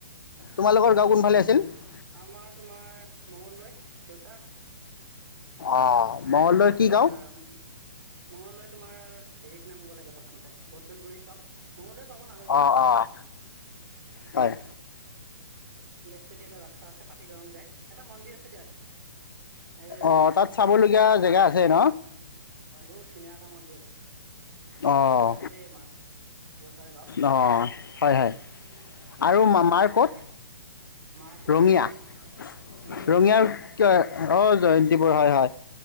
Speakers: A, on the left; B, on the right.
A: তোমালোকৰ গাঁও কোনফালে আছিল <unintelligible>
B: আমাৰ তোমাৰ মংগলদৈ দেউতা
A: অঁ
B: আৰু
A: মঙলদৈৰ কি
B: তোমাৰ
A: গাঁও
B: মংগলদৈ তোমাৰ হেৰিত নামিব লাগে প্ৰথমতে বদল গুৰি চক মংগলদৈ পাব নালাগে
A: অঁ অঁ হয়
B: লেফ্টেদি এটা ৰাস্তা আছে পাতি দৰং যাই এটা মন্দিৰ আছে দিয়া এই
A: অঁ তাত চাবলগীয়া
B: অৰ্দনেশ্বৰী
A: জেগা আছে ন
B: বহুত ধুনীয়া এটা মন্দিৰ আছে
A: অহ
B: তাতে আমাৰ দেউতাৰ গাঁও
A: অহ হয় হয়
B: উম,
A: আৰু মামাৰ
B: মাৰ গাঁও
A: ক'ত
B: ৰঙীয়া, মাৰ তোমাৰ
A: ৰঙিয়া
B: ৰঙীয়া জয়ন্তীপুৰ।
A: ৰঙিয়াৰ কিয় অ জয়ন্তীপুৰ হয় হয়